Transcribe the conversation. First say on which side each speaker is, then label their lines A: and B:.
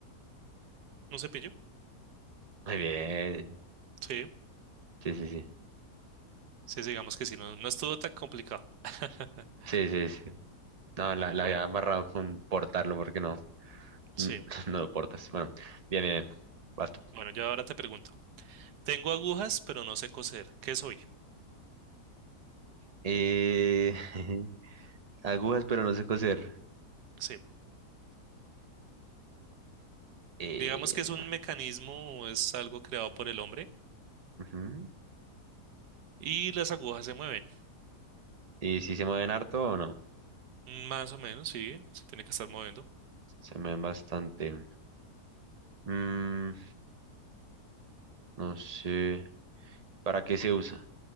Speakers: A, on the right; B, on the right.
A: ¿Un cepillo?
B: Muy bien.
A: Sí,
B: Sí, sí, sí.
A: sí, sí, digamos que sí. No, no estuvo tan complicado. <laughs>
B: Sí, sí, sí. No, la, la
A: Bueno,
B: había barrado con portarlo porque no,
A: sí.
B: mm, <laughs> no lo portas. Bueno, bien, bien, bien. Vas tú.
A: Bueno, yo ahora te pregunto. Tengo agujas, pero no sé coser. ¿Qué soy?
B: Eh, <laughs> agujas, pero no sé coser.
A: Sí.
B: Eh,
A: Digamos que es un mecanismo, es algo creado por el hombre
B: ujú.
A: y las agujas se mueven.
B: ¿Y si se mueven harto o no?
A: Más o menos, sí. Se tiene que estar moviendo.
B: Se mueven bastante. Mm, no sé. ¿Para qué se usa?